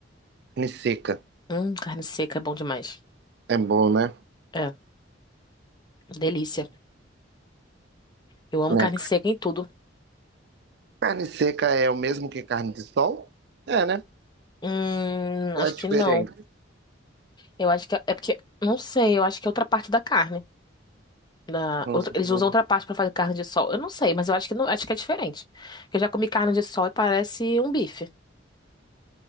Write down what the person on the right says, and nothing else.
carne seca.
É bom, né?
Né?
Carne seca é o mesmo que carne de sol? É, né?
Ou
é diferente?
Uhum.